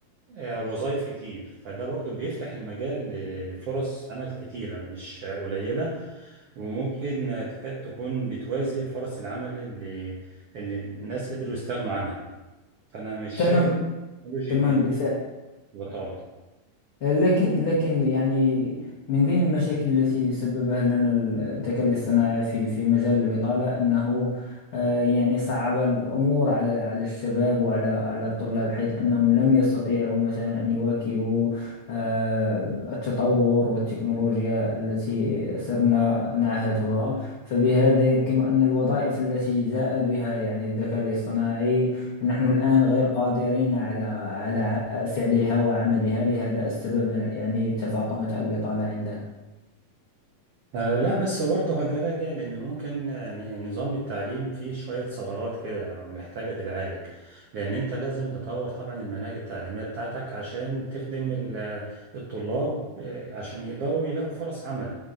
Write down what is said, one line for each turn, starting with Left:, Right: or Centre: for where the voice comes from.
Right: آه، وظائف كتير فده برضو بيفتح المجال ل- لفرص عمل كتيرة مش قليلة وممكن تكاد تكون بتوازي فرص العمل اللي, اللي الناس قدروا يستغنوا عنها فأنا مش
Left: تمام
Right: شايف التكنولوجي
Left: تمام بالفعل
Right: ببطالة
Left: لكن لكن يعني من بين المشاكل التي سببها لنا الذكاء الاصطناعي في في مجال البطالة أنه آه، يعني صعب الأمور على على الشباب وعلى على الطلاب حيث أنهم لم يستطيعوا مثلا أن يواكبوا آه، التطور والتكنولوجيا التي صرنا نعهدها فبهذا يمكن أن الوظائف التي جاء بها يعني الذكاء الاصطناعي نحن الآن غير قادرين على على ع- فعلها وعملها لهذا السبب يعني تفاقمت البطالة عندنا
Right: آه لا بس برضه هو ده راجع لان ممكن آه، يعني نظام التعليم فيه شويه ثغرات كده محتاجه تتعالج لان انت لازم تطور طبعا المناهج التعليميه بتاعتك عشان تخدم ال- آه، الطلاب آه، عشان يقدروا يلاقوا فرص عمل